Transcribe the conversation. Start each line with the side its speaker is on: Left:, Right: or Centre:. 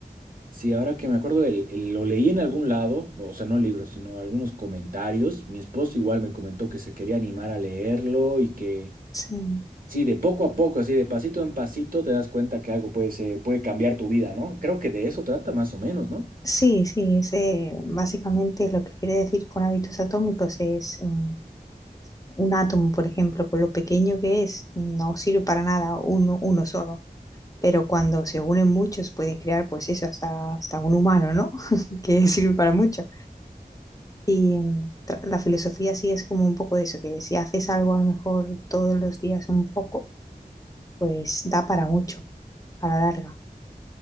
Right: sí, ahora que me acuerdo, el- el- lo leí en algún lado, o sea, no libros, sino algunos comentarios. Mi esposo igual me comentó que se quería animar a leerlo y que,
Left: Sí,
Right: sí, de poco a poco, así de pasito en pasito, te das cuenta que algo puede, ser- puede cambiar tu vida, ¿no? Creo que de eso trata más o menos, ¿no?
Left: sí, sí, es, eh, básicamente lo que quiere decir con hábitos atómicos es mm, un átomo, por ejemplo, con lo pequeño que es, no sirve para nada uno, uno solo, pero cuando se unen muchos pueden crear, pues eso, hasta, hasta un humano, ¿no? <laughs> Que sirve para mucho. Y mm, tra- la filosofía sí es como un poco de eso, que si haces algo a lo mejor todos los días un poco, pues da para mucho a la larga.